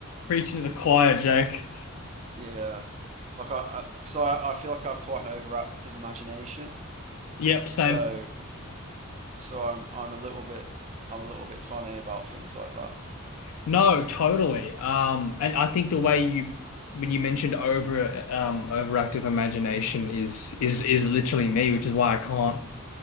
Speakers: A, on the left; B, on the right.
A: preaching to the choir, Jake.
B: Yeah, like I, I like, so I, I feel like I have quite an overactive imagination,
A: Yep,
B: so
A: same.
B: so I'm I'm a little bit I'm a little bit funny about things like that.
A: No, totally. Um, and I think the way you when you mentioned over um overactive imagination is is is literally me, which is why I can't